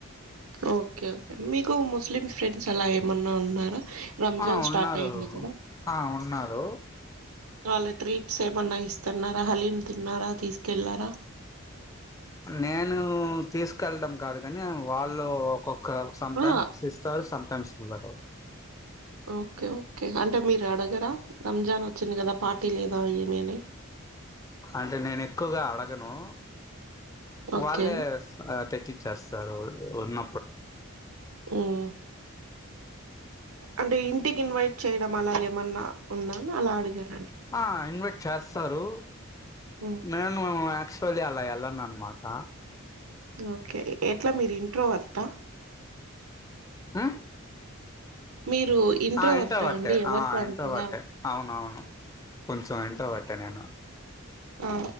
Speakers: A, on the right; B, on the left.
A: ఓకే ఓకే, మీకు ముస్లిం ఫ్రెండ్స్ అలా ఏమన్నా ఉన్నారా? రంజాన్
B: ఆ
A: స్టార్ట్
B: ఉన్నారు,
A: అయింది కదా
B: ఆ ఉన్నారు.
A: వాళ్ల ట్రీప్స్ ఏమన్నా ఇస్తున్నారా? హలీం తిన్నారా? తీసుకెళ్లారా?
B: నేను తీసుకెళ్ళడం కాదు కాని వాళ్ళు ఒక్కొక్క సమ్టైమ్స్
A: ఆ
B: ఇస్తారు సమ్టైమ్స్ ఉండ
A: ఓకే ఓకే అంటే మీరు అడగరా రంజాన్ వచ్చింది కదా పార్టీ లేదా ఏమి అని
B: అంటే నేను ఎక్కువగా అడగను
A: ఓకే
B: వాళ్ళే తెచ్చచ్చేస్తారు ఉన్న
A: మ్ అంటే ఇంటికి ఇన్వైట్ చేయడం అలాగేమన్నా ఉందా అలా అడిగారు.
B: ఆ ఇన్వైట్ చేస్తారు
A: మ్మ్
B: నేను యాక్చువల్లీ అలా వెల ఎలాన్నాను మాటా
A: ఓకే ఎట్లా మీరు ఇంట్రోవర్ట్ ఆ
B: ఆ
A: మీరు ఇంట్రోవర్టా
B: ఆ ఇంట్రోవెర్టె
A: అండి ఎవరితో
B: ఆ
A: అంతగా
B: ఇంట్రోవెర్టె అవున అవును కొంచెం ఇంట్రోవెర్టె నేను
A: ఆ